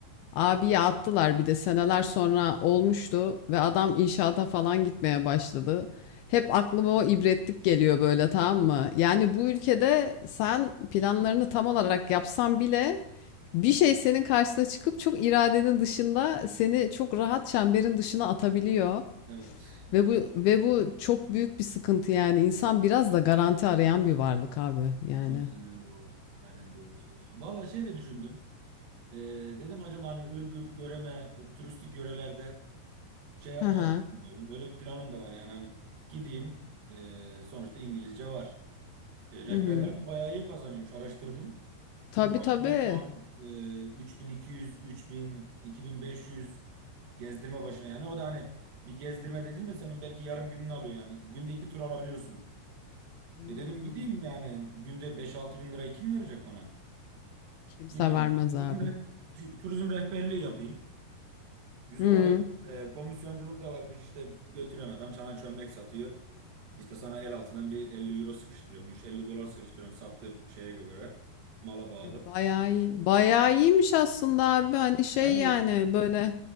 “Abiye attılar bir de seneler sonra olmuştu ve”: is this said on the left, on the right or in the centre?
Left